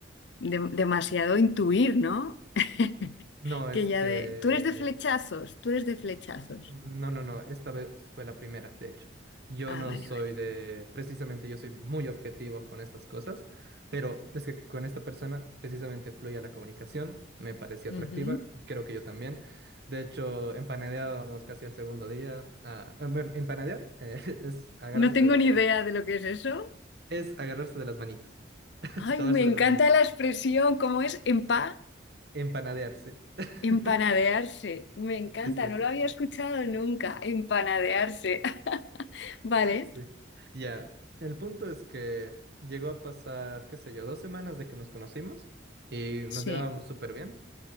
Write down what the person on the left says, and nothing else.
de- demasiado intuir, ¿no? <laughs>
Que ya
de. Tú eres de flechazos, tú eres de flechazos.
Ah,
vale,
vale.
Ujú.
No tengo
ni idea
de lo que es eso.
Ay,
me encanta
la expresión, ¿cómo es? Empa,
empanadearse. Me encanta,
no lo había escuchado nunca, empanadearse. <laughs> Vale.
Sí.